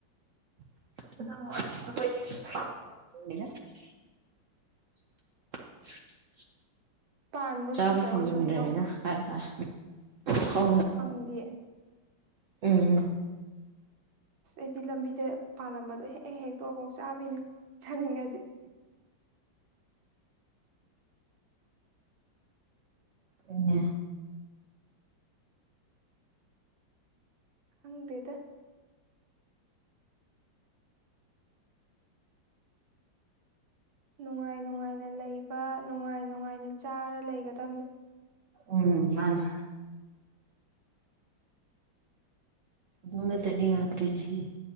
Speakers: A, on the right; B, on the right.
A: ꯈꯣꯟꯖꯦꯜ ꯁꯦ ꯇꯟꯕꯥ ꯆꯅ ꯉꯪꯂꯀꯣ <inaudible> ꯍꯨꯖ <inaudible>
B: ꯄꯥꯟꯕ꯭ꯔꯣ
A: ꯆꯥꯕ
B: ꯁꯤꯁꯇꯔ
A: ꯐꯪꯅꯤꯡꯗ꯭ꯔꯦꯗ
B: ꯍꯣꯏꯁꯨ ꯍꯩꯅꯧ
A: ꯍꯥꯏꯇꯥꯔꯦ ꯍ
B: ꯐꯪꯗꯦ
A: <inaudible> ꯎꯝ
B: ꯑꯁ ꯑꯩꯗꯤ ꯂꯝꯕꯤꯗ ꯄꯥꯜꯂꯝꯕꯗꯣ ꯍꯦꯛ ꯍꯦꯛ ꯍꯦꯛꯛꯇꯣꯛꯑꯐꯣꯛ ꯆꯥꯕꯤꯅꯦ ꯆꯅꯤꯡꯉꯥꯏꯗꯤ
A: ꯍ
B: ꯈꯪꯗꯦꯗ ꯅꯨꯡꯉꯥꯏ ꯅꯨꯡꯉꯥꯏꯅ ꯂꯩꯕ ꯅꯨꯡꯉꯥꯏ ꯅꯨꯡꯉꯥꯏꯅ ꯆꯥꯔ ꯂꯩꯒꯗꯕꯅꯦ
A: ꯎꯝ ꯃꯥꯅꯦ ꯑꯗꯨꯅ ꯇꯅꯤ ꯌꯥꯗ꯭ꯔꯔꯤꯅꯦ